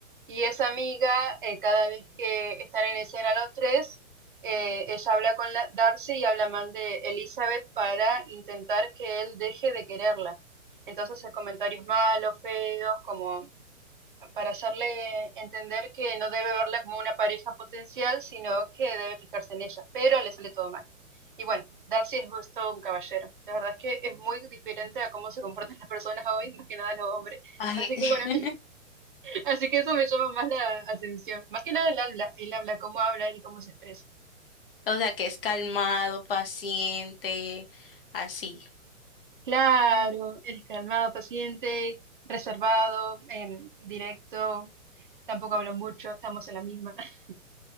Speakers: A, on the right (about 40°); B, on the left (about 40°).
A: y esa amiga, eh, cada vez que están en escena los tres, eh, ella habla con la- Darcy y habla mal de Elizabeth para intentar que él deje de quererla. Entonces hace comentarios malos, feos, como para hacerle entender que no debe verla como una pareja potencial, sino que debe fijarse en ella, pero le sale todo mal. Y bueno, Darcy es es todo un caballero. La verdad es que es muy diferente a cómo se comportan las personas hoy, más que nada los hombres.
B: Ay,
A: Así
B: <laughs>
A: que bueno. Así que eso me llama más la atención. Más que nada el habla, el habla, cómo habla y cómo se expresa.
B: o sea, que es calmado, paciente, así.
A: Claro, es calmado, paciente, reservado, em, directo, tampoco habla mucho, estamos en la misma. <laughs>